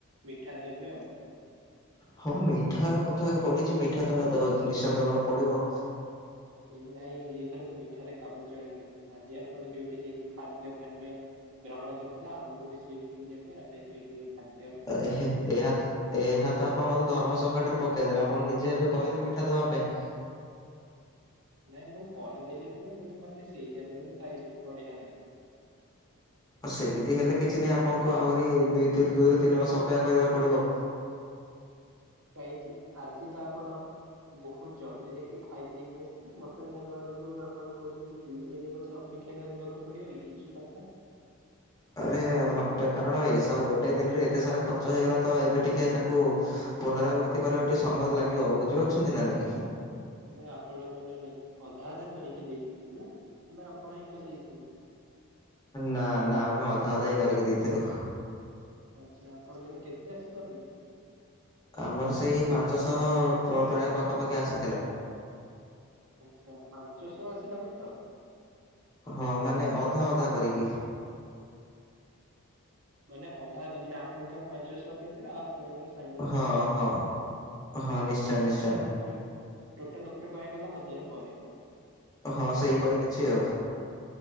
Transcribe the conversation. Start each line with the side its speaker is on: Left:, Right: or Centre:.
Right: ମିଠା ଦେବେ ଆଉ।
Left: ହଁ ମିଠା କଥା ପଡିିଛି ମିଠା ତ ନିଶ୍ଚୟ ଦବାକୁ ପଡିବ।
Right: ଏ ନାଇଁ ଏଇଥରକ ମିଠାରେ କାମ ଚଳିବନି ଆଜି ଆପଣ ଯଉଠି ଯାଇକି ଖାଦ୍ୟ ପାନୀୟ ଗ୍ରହଣ କରିଥିଲା ଆମକୁ ବି ସେଇଠିକି ନେବେ ଆମେ ସେଇଠି ଖା
Left: ଏ ହେ ଏହା ତ। ଏହା ତ ଆପଣ ମତେ ଧର୍ମ ସଙ୍କଟରେ ପକେଇଦେଲେ। ଆପଣ ନିଜେ ଏବେ କହିଲେ ମିଠା ଦବା ପାଇଁ।
Right: ନାଇଁ ମୁଁ କହିଦେଲି ସିନା କିନ୍ତୁ ମତେ ସେଇ ଜାଗାରେ ମୁଁ ଖାଇବାକୁ ବଢିଆ ଲାଗେ।
Left: ସେମିତି ହେଲେ କିଛି ନାହିଁ ଆପଣଙ୍କୁ ଆହୁରି ଦୁଇ ତିନ ଦୁଇରୁ ତିନି ମାସ ଅପେକ୍ଷା କରିବାକୁ ପଡିବ।
Right: କାହିଁକି ଆଜି ତ ଆପଣ ବହୁତ ଜଲ୍ଦି ଯାଇକି ଖାଇଦେଇକି ଆସେ ମଟନ ହେଲା ବେଳକୁ ଆପଣ କହୁଛନ୍ତି ଦି ତିନି ବର୍ଷ ଅପେକ୍ଷା କରିବାକୁ ପଡିବ ଇଏ କି କଥା।
Left: ଆରେ ହଟାତ୍ କାରଣ ଏସବୁ ଗୋଟେ ଦିନରେ ଏତେ ସାରା ଖର୍ଚ୍ଚ ହେଇଗଲା। ତ ଏବେ ଟିକେ ତାକୁ ପୁନରାବୃତ୍ତି କରିବା ଟିକେ ସମୟ ଲାଗିବ ବୁଝିପାରୁଛନ୍ତି ନା ନାଇଁ?
Right: ନା ଆପଣ ମାନେ ଅଧା ଅଧା କରିକି ଦେଇଥିବେ ନା ଆପଣ ଏକା ଦେଇଥିବେ।
Left: ନା ନା ଆମେ ଅଧା ଅଧା ହିଁ କରିକି ଦେଇଥିଲୁ।
Right: ଆଚ୍ଛା ଆପଣଙ୍କର କେତେ ଆସିଲା ବିଲ୍?
Left: ଆମର ସେଇ ପାଞ୍ଚଶହ ପ୍ରାୟ ପାଖାପାଖି ଆସିଥିଲା।
Right: ଆଚ୍ଛା ପାଞ୍ଚ ଶହ ଆସିଲା ମାତ୍ର।
Left: ହଁ ମାନେ ଅଧା ଅଧା କରିକି।
Right: ମାନେ ଅଧା ଅଧା ମାନେ ଆପଣଙ୍କର ପାଞ୍ଚଶହ କେତେ ଆଉ ଆପଣଙ୍କର ସାଙ୍ଗର
Left: ହଁ
Right: ପାଞ୍ଚଶହ
Left: ହଁ
Right: କେତେ
Left: ହଁ ନିଶ୍ଚୟ
Right: ମାନେ
Left: ନିଶ୍ଚୟ।
Right: ଟୋଟାଲଉପରେ ଟୋଟାଲ ଉପରେ କୁହାଗଲା ହଜାର ପରେ।
Left: ହଁ ସେହିପରି କିଛି ଆଉ।